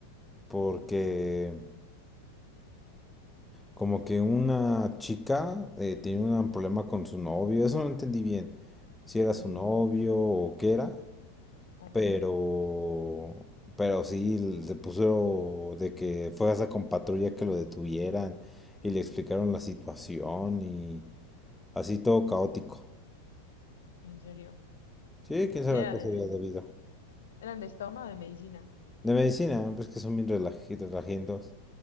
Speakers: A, in the centre; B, on the left (about 60°).
A: porque Como que una chica eh, tenía un problema con su novio, eso no entendí bien, si era su
B: Ujú,
A: novio o qué era,
B: Ok,
A: pero, pero sí le puso de que fue hasta con patrulla que lo detuvieran y le explicaron la situación y así todo caótico.
B: ¿en serio?
A: Sí, quién sabe
B: ¿Qué era
A: a qué
B: de,
A: sería
B: de-
A: debido.
B: eran de estómago o de medicina?
A: De medicina, pues que son bien relaji- relajientos.